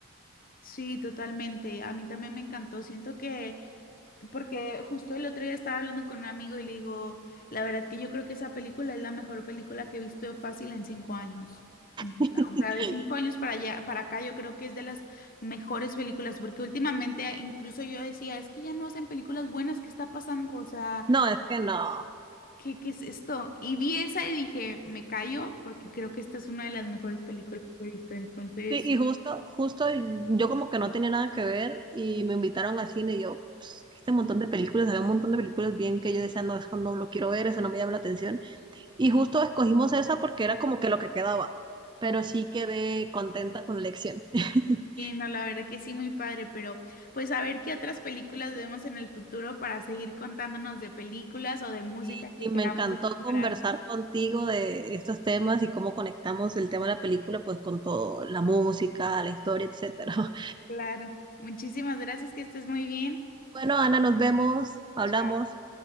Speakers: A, on the left; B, on the right.
A: Sí, totalmente. A mí también me encantó. Siento que, porque justo el otro día estaba hablando con un amigo y le digo, la verdad que yo creo que esa película es la mejor película que he visto fácil en cinco años. De-
B: <laughs>
A: O sea, de cinco años para allá, para acá, yo creo que es de las mejores películas, porque últimamente incluso yo decía, es que ya no hacen películas buenas, ¿qué está pasando? O sea,
B: No, es que no.
A: ¿Qué, qué es esto? Y vi esa y dije, me callo porque creo que esta es una de las mejores películas que he visto. Entonces,
B: Sí, y justo, justo yo como que no tenía nada que ver y me invitaron al cine y yo, "Ps, este montón de películas, había un montón de películas bien que yo decía, no, eso no lo quiero ver, eso no me llama la atención. Y justo escogimos esa porque era como que lo que quedaba, pero
A: ok,
B: sí quedé contenta con la elección. <laughs>
A: no, la verdad que sí, muy padre, pero pues a ver qué otras películas vemos en el futuro para seguir contándonos de películas o de música
B: Y,
A: que
B: y me
A: queramos
B: encantó
A: explorar.
B: conversar contigo de estos temas y cómo conectamos el tema de la película, pues con todo, la música, la historia, etcétera. <laughs>
A: Claro. Muchísimas gracias, que estés muy bien.
B: Bueno, Ana, nos vemos, hablamos.
A: Chao.